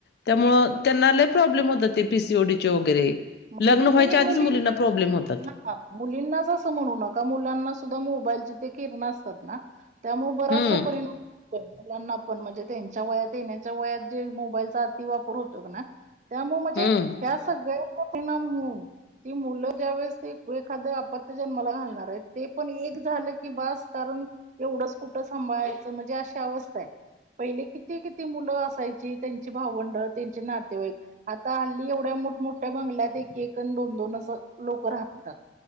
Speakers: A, on the left; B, on the right.
A: त्यामुळं त्यांना लई प्रॉब्लेम होतात ते पीसीओडीचे वगैरे.
B: म्हणजे
A: लग्न व्हायच्या
B: तुम्ही
A: आदीच
B: मुलींनाच
A: मुलींना प्रॉब्लेम होतात.
B: हा मुलींनाच असं म्हणू नका मुलांना सुद्धा मोबाईलचे ते किरणं असतात ना. त्यामुळे बराचसा
A: हं,
B: परिणाम होय मुलांना पण म्हणजे तेंच्या वयात येण्याच्या वयात जे मोबाईलचा अति वापर होतोय काय न्हाय त्यामुळ म्हणजे
A: हं.
B: ह्या सगळ्याचा परिणाम होऊन ती मुलं ज्या वेळेस ते एखाद आपत्य जन्माला घालणार आहेत ते पण एक झालं की बास कारण एवढंच कुठं सांभाळायचं म्हणजे अशी अवस्था हाय. पहिले किती-किती मुलं असायची त्यांची भावंड त्यांची नातेवाईक आता हल्ली एवढ्या मोठमोठ्या बंगल्यात एक-एक आणि दोन-दोन असं लोक राहतात.